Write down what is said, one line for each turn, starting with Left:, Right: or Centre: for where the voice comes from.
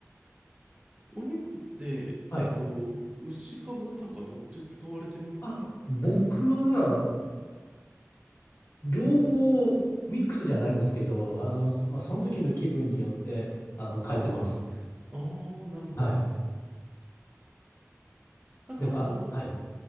Right: お肉って、
Left: はい。
Right: えっと、牛か豚かどっち使われてますか
Left: あ、僕は両方ミックスじゃないんですけど、あの、まあ、その時の気分によって、あの、変えてます。
Right: ああ、なるほど。
Left: はい。
Right: なんかあの、
Left: で、まあ、はい。